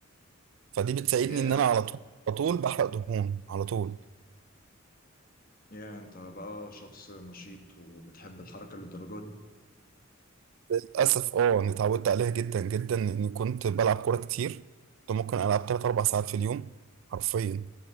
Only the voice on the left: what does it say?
يا
يا انت بقى شخص نشيط وبتحب الحركة للدرجة دي